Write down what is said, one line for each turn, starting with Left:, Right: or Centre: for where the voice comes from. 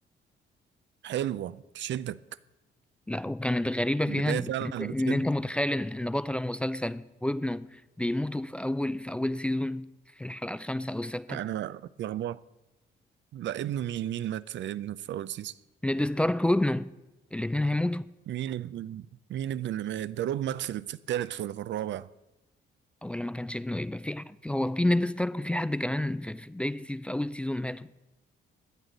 Right: حلوة تشدك
Centre: لا وكانت غريبة
Right: بداية
Centre: فيها إن
Right: فعلا
Centre: إن
Right: بتشد
Centre: أنت متخيل إن إن بطل المسلسل وابنه بيموتوا في أول في أول سيزون في الحلقة الخامسة أو السادسة
Right: أنا اتلخبطت لا ابنه مين مين مات في ابنه في أول سيزون
Centre: نيد ستارك وابنه الاتنين هيموتوا
Right: مين ابن مين ابنه اللي مات ده روب مات في في التالت ولا في الرابع
Centre: أو ولا ما كانش ابنه يبقى في ح- في- هو في نيد ستارك وفي حد كمان في في بداية سي... في أول سيزون ماتوا